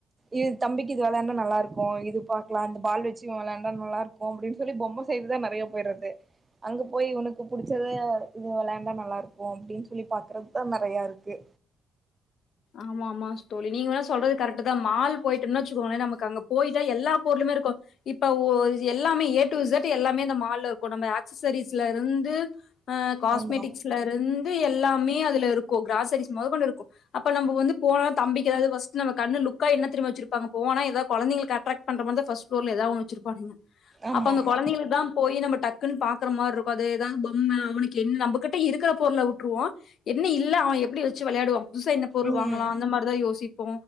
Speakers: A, on the right (about 20°); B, on the left (about 65°).
A: இது தம்பிக்கு இது வெளாண்டா நல்லா இருக்கு இது பாக்கலா இந்த பால் வச்சி இவ வெளாண்டா நல்லா இருக்கு அப்டின் சொல்லி பொம்ம சைடுதா நறையா போயிறது அங்க போயி உனக்கு புடிச்சது இது வெளையாண்டா நல்லா இருக்கு அப்டின்னு சொல்லி பாக்குறத்தா நெறையா இருக்கு
B: ஆமா ஆமா தோழி நீங்க வேனா சொல்றது கரெட்டு தா மால் போய்ட்டுன் வச்சுக்கோங்கள நமக்கு அங்க போய்ட்டா எல்லா பொருளுமே இருக்கு இப்ப ஓ எல்லாமே ஏ டு இசட் எல்லாமே இந்த மால்ல இருக்கு நம்ம அக்சசரிஸ்ல இருந்து அ காஸ்மெட்டிக்ஸ்ல
A: ஆமா
B: இருந்து எல்லாமே அதுல இருக்கு கிராசரிஸ் மொத கொண்டு இருக்கு அப்ப நம்ம வந்து போலா தம்பிக் ஏதாது பஸ்ட் நம்ம கண்ணு லுக்காயி என்ன தெரிமா வச்சிருப்பாங்க போனா ஏதா கொழந்தைகளுக்கு அட்ரக்ட் பன்ற மா தா ஃபர்ஸ்ட் ஃப்ளோர்ல ஏதா ஒன்னு வச்சிருப்பானுங்க
A: ஆமா
B: அப்ப அந்த
A: ஆமா
B: கொழந்தைகளுக்கு தா போயி நம்ம டக்குன்னு பாக்குற மாருக்கு அது ஏதா பொம்ம அவனுக்கு என் நம்மகிட்ட இருக்கிற பொருல விட்ருவோ என்ன இல்ல அவ எப்டி வச்சி விளையாடுவா புதுசா என்ன பொருள்
A: ம்
B: வாங்கலா அந்த மாரிதா யோசிப்போ